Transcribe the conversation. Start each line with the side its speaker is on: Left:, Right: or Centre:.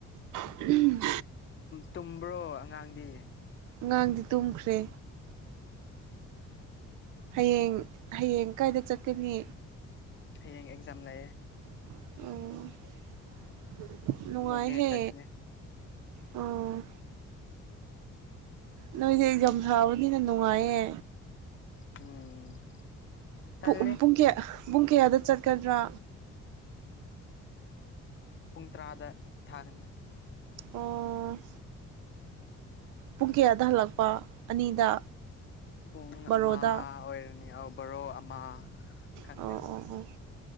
Right: ꯎꯝ
Left: ꯇꯨꯝꯕ꯭ꯔꯣ ꯑꯉꯥꯡꯗꯤ
Right: ꯑꯉꯥꯡꯗꯤ ꯇꯨꯝꯈ꯭ꯔꯦ ꯍꯌꯦꯡ ꯍꯌꯦꯡ ꯀꯥꯏꯗ ꯆꯠꯀꯅꯤ
Left: ꯍꯌꯦꯡ ꯑꯦꯛꯖꯥꯝ ꯂꯩꯌꯦ
Right: <unintelligible> ꯅꯨꯡꯉꯥꯏꯍꯦ
Left: ꯅꯣꯅꯦ ꯆꯠꯀꯅꯤ
Right: ꯑꯣ ꯅꯣꯏꯁꯦ ꯑꯦꯖꯝ ꯊꯥꯕꯅꯤꯅ ꯅꯨꯡꯉꯥꯏꯌꯦ
Left: ꯎꯝ ꯇꯜꯂꯦ
Right: ꯄꯨ ꯄꯨꯨꯡ ꯀꯌꯥ ꯄꯨꯡ ꯀꯌꯥꯗ ꯆꯠꯀꯗ꯭ꯔꯥ
Left: ꯄꯨꯡ ꯇꯔꯥꯗ ꯊꯥꯒꯅꯤ
Right: ꯑꯣ ꯄꯨꯡ ꯀꯌꯥꯗ ꯍꯜꯂꯛꯄ ꯑꯅꯤꯗ
Left: ꯄꯨꯡ
Right: ꯕꯥꯔꯣꯗ
Left: ꯑꯃ ꯑꯣꯏꯔꯅꯤ ꯑ ꯕꯣꯔꯣ ꯑꯃ ꯈꯪꯗꯦ
Right: ꯑꯣ ꯑꯣ ꯑꯣ